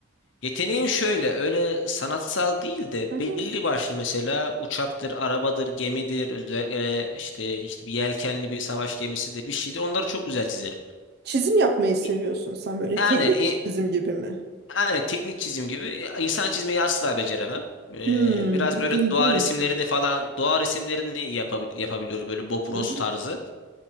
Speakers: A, on the left (about 70°); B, on the right (about 50°).
A: Yeteneğim şöyle öyle sanatsal değil de
B: Hı-hı.
A: belli başlı mesela uçaktır, arabadır, gemidir özellikle işte, işte bir yelkenli bir savaş gemisidir bir şeydir onları çok güzel çizerim.
B: Çizim yapmayı seviyorsun
A: E,
B: sen böyle
A: Aynen.
B: teknik
A: i-
B: iş çizim gibi mi?
A: Yani teknik çizim gibi insan çizmeyi asla beceremem. Ee,
B: Hmm,
A: biraz böyle
B: ilginç.
A: doğa resimlerini falan doğa resimlerini yapabil- yapabiliyorum böyle Bob
B: Hı-hı.
A: Ross tarzı.